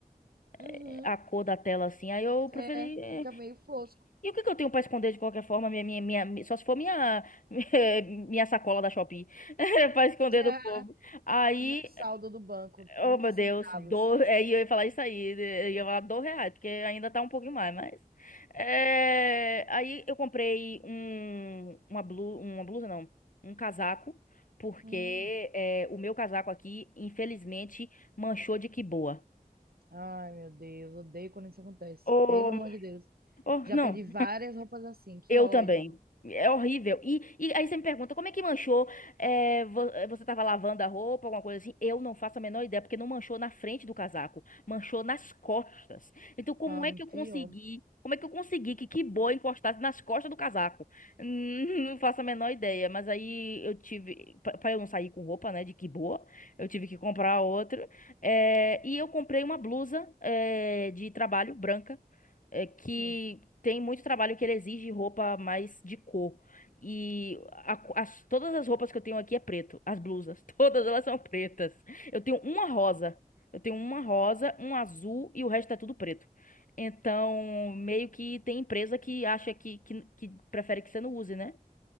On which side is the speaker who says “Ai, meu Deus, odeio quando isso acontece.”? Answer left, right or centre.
Right